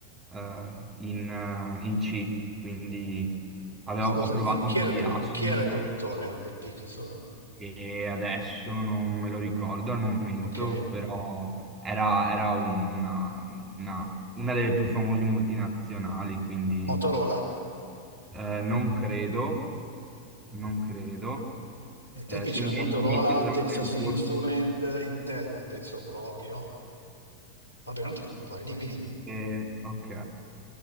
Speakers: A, on the right (about 20°); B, on the left (about 80°).
A: eh, in, eh, in C, quindi avevo-
B: Scusami,
A: ho provato
B: chi
A: un
B: era,
A: po' di
B: il produ-
A: assembly
B: chi era il produttore del PIC? So-
A: e adesso non me lo ricordo al momento,
B: Ok,
A: però era, era una, una una delle più famose multinazionali, quindi...
B: Motorola?
A: Eh, non credo, non credo.
B: Nei
A: Eh,
B: tempi
A: se
B: c'era
A: mi
B: Motorola,
A: viene in mente durante
B: Texas
A: il
B: Instrument,
A: corso,
B: Intel non penso proprio. Vabbè, non ti preoccupare, dimmi, dimmi.
A: eh, ok.